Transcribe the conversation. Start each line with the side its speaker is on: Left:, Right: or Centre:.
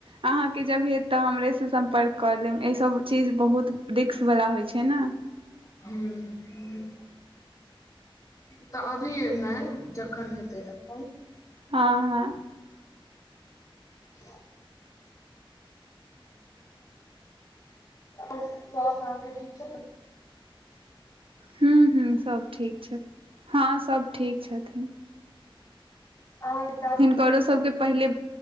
Right: अहांके जब हेत त, हमरे से सम्पर्क क लेब अय सब चीज बहुत रिक्क बला होइ छै न।
Left: हुं- हुं त अभी नय जखन हेतै तखन।
Right: हं- हं
Left: <inaudible> साउस अहां के ठीक छले।
Right: हुं- हुं सभ ठीक छथि, हं सब ठीक छथिन।
Left: और
Right: हिनकरो सभके पहिले